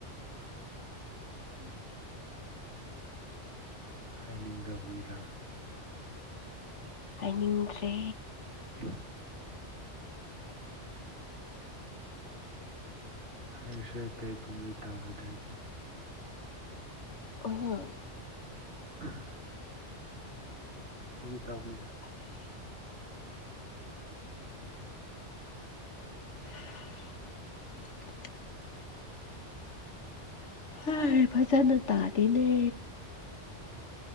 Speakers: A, on the left; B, on the right.
A: ꯎꯝ
B: ꯍꯥꯏꯅꯤꯡꯗꯕꯒꯤꯔ
A: ꯍꯥꯏꯅꯤꯡꯗ꯭ꯔꯦ
B: <unintelligible> ꯍꯥꯏꯔꯁꯨ ꯑꯇꯩꯒꯨꯝꯅ ꯇꯧꯔꯣꯏꯗ ꯑꯩꯗꯤ
A: ꯑꯣ
B: <unintelligible> ꯐꯥꯒꯤ ꯇꯧꯕꯅꯤꯗ
A: <unintelligible>
B: <unintelligible>
A: <unintelligible> ꯍꯥꯏ ꯐꯖꯅ ꯇꯥꯗꯦꯅꯦ